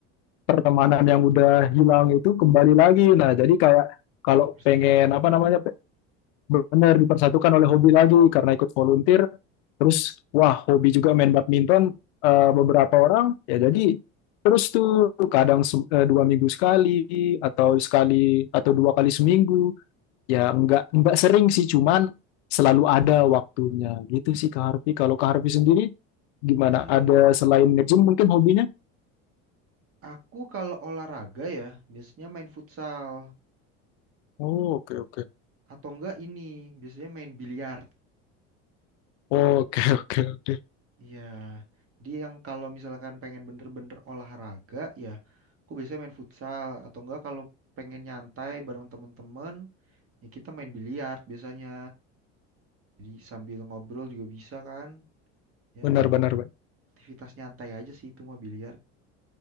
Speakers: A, on the left; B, on the right.
A: pertemanan yang udah hilang itu kembali lagi. Nah, jadi kayak kalau
B: dipersatukan
A: pengen
B: hobi.
A: apa namanya benar dipersatukan oleh hobi lagi karena ikut volunteer. Terus wah hobi juga main badminton eh, beberapa orang ya jadi terus tuh kadang se- eh, dua minggu sekali atau sekali atau dua kali seminggu ya nggak nggak sering sih cuman selalu ada waktunya gitu sih Kak Harfi. Kalau Kak Harfi sendiri gimana
B: Hmm,
A: ada selain nge-gym mungkin hobinya?
B: aku kalau olahraga ya biasanya main futsal.
A: Oh, oke oke.
B: Atau enggak ini biasanya main biliar.
A: Oke oke oke.
B: Iya, dia yang kalau misalkan pengen bener-bener olahraga ya, aku biasanya main futsal atau enggak kalau pengen nyantai bareng temen-temen ya kita main biliar biasanya. Jadi sambil ngobrol juga bisa kan? Ya,
A: Benar benar benar.
B: aktivitas nyantai aja sih itu mah biliar.